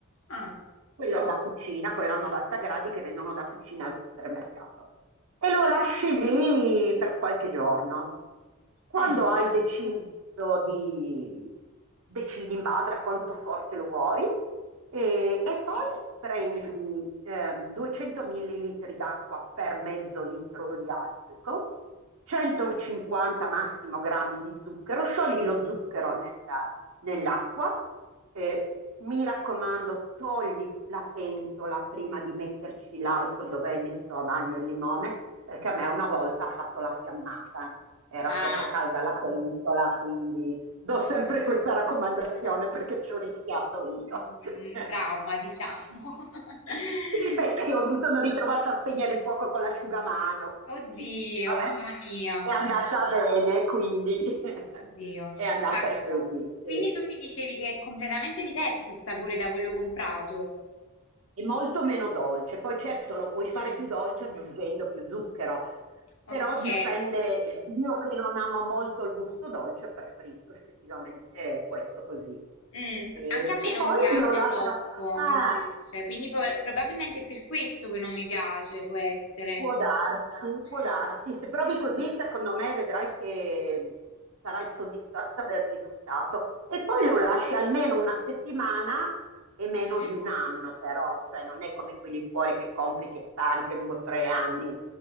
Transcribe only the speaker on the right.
quello da cucina, quello a 90 gradi che vendono da cucina al supermercato. E lo lasci lì per qualche giorno. Quando
hai deciso di, decidi in base a quanto forte lo vuoi, e, e poi
prendi ehm, 200 millilitri d'acqua per mezzo litro di alcol, 150 massimo grammi di zucchero, sciogli lo zucchero nel- nell'acqua eh, mi raccomando, togli la pentola prima di metterci l'alcol dove hai messo a bagno il limone, perché a me una volta ha fatto la fiammata, era
troppo calda la pentola, quindi do sempre questa raccomandazione
perché ci ho rischiato io.
<laughs>
Sì, beh, sì, io mi sono ritrovata a spegnere il fuoco con l'asciugamano, quindi
vabbè,
è andata bene, quindi <laughs>
è andata
così,
sì.
è molto meno dolce. Poi certo lo puoi fare
più dolce aggiungendo più zucchero,
però dipende. Io che non amo molto il gusto dolce, preferisco effettivamente questo così.
E,
e
poi
lo lascio.
Ah.
Può Sarà- darsi, può
darsi. Se provi così, secondo me vedrai che sarai soddisfatta del risultato. E poi lo lasci almeno una settimana e meno
di un anno, però, cioè non è come quei liquori che compri che sta anche due o tre anni.